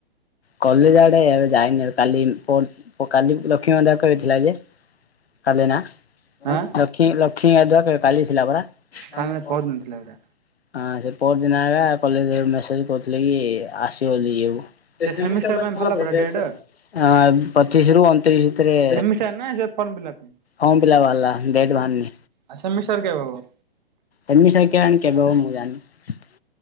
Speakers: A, on the left; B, on the right.
A: କଲେଜ ଆଡ଼େ ଏବେ ଯାଇନି କାଲି ଫୋନ୍ କାଲି ଲକ୍ଷ୍ମୀ ମନ୍ଧ କହିଥିଲା ଯେ କାଲି ନା,
B: ଆଁ
A: ଲକ୍ଷ୍ମୀ ଗାଧୁଆ କାଲି ଥିଲା ପରା। <unintelligible>
B: କାଲି ପରଦିନ ଥିଲା ପରା
A: ହଁ ସେ ପଅର୍ ଦିନ ଆଇଲା, କଲେଜରେ ମେସେଜ କରୁଥିଲେ କି ଆସିବ ବୋଲି ଇଏକୁ। ସେ
B: ଏ
A: ସେମିଷ୍ଟାର ପାଇଁ ଭଲ
B: ବାହାରିଲା
A: <unintelligible>
B: ପରା ଡେଟ୍
A: ହଁ ପଚିଶ ରୁ ଅଣତିରିଶ ଭିତରେ
B: ସେମିଷ୍ଟାର ନା ସେ ଫର୍ମ ଫିଲପ୍ ପାଇଁ
A: ହଁ ପିଲା ବାହାରିଲା, ଦେଟ ଭାରିନି।
B: ଆ ସେମିସାର୍ କେବେ ହବ?
A: ସେମିସାର୍ କେଇଆଣି କେବେ ହବ, ମୁଁ ଜାଣିନି।